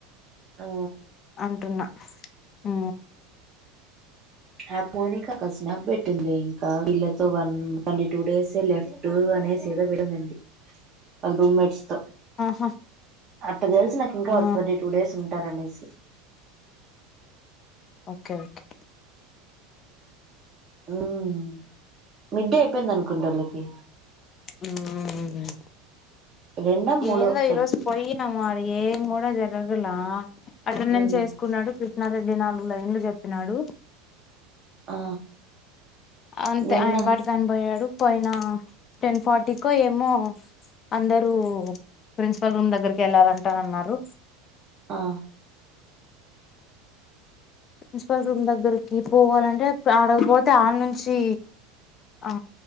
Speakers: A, on the right; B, on the left.
A: ఆ
B: అంటున్నా ఆ
A: నాక్ మౌనిక అక్క స్నాప్ పెట్టింది లే ఇంకా వీళ్లతో one twenty two days left అ అనేసి ఏందో పెట్టేసింది వాళ్ళ రూమ్మేట్ తో
B: ఆహా
A: అట్ట తెలుసు నాకి ఇంకా
B: ఆ
A: ట్వంటీ టూ డేస్ ఉంటారు అనేసి
B: ఓకే ఓకే
A: హుమ్ మిడ్డేపోయింది అనుకుంట వాళ్ళకి
B: హుమ్
A: రెండో మూడో
B: ఏందో
A: సబ్జె
B: ఈరోజు పోయినము ఆదికి ఎం కూడా జరగల అటెండెన్స్
A: మ్మ్
B: ఏసుకున్నాడు కృష్ణారెడ్డి నాలుగు లైన్లు చెప్పినాడు
A: ఆ
B: అంతే
A: నిన్న
B: ఆయన పాటికి ఆయన పోయాడు పోయిన టెన్ ఫార్టీకో ఏమో అందరూ ప్రిన్సిపల్ రూమ్ దగ్గరకి వెళ్ళాలంటా అన్నారు
A: ఆ
B: ప్రిన్సిపల్ రూమ్ దగ్గరకి పోవాలంటే ఆడకిపోతే ఆడ నుంచి ఆ